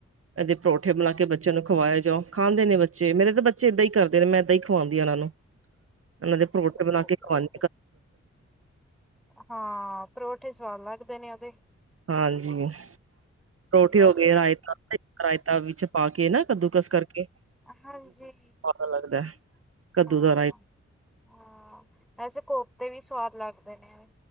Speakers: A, on the right; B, in the centre.
A: ਇਹਦੇ ਪਰੌਠੇ ਬਣਾ ਕੇ ਬੱਚਿਆਂ ਨੂੰ ਖਵਾਏਆ ਜਾਓ ਖਾਂਦੇ ਨੇ ਬੱਚੇ ਮੇਰੇ ਤਾਂ ਬੱਚੇ ਇਏਦਾਂ ਹੀ ਕਰਦੇ ਨੇ ਮੈਂ ਇੱਦਾਂ ਹੀ ਖੁਵਾਉਂਦੀ ਆ ਇਹਨਾਂ ਨੂੰ ਇਨਾ ਦੇ ਪਰੋਠੇ
B: ਕੋਫਤੇ
A: ਬਨਾ ਕੇ ਖਵਾਨ
B: ਬਣਾ ਹਾਂ ਪਰੋਠੇ ਸਵਾਦ ਲੱਗਦੇ ਨੇ ਐਦੇ।
A: ਹਾਂਜੀ। ਪਰੋਠੇ ਹੋ
B: ਉਹਦੇ
A: ਗਏ ਰਾਇਤਾ-ਰਾਇਤਾ ਵਿੱਚ ਪਾ ਕੇ ਨਾ ਕੱਦੂਕਸ ਕਰਕੇ
B: ਹਾਂਜੀ,
A: ਪਤਾ ਲੱਗਦਾ। ਕੱਦੂ
B: ਹਾਂ-ਹਾਂ
A: ਦਾ
B: ਵੈਸੇ ਕੋਫਤੇ ਵੀ ਸਵਾਦ ਲੱਗਦੇ ਨੇ,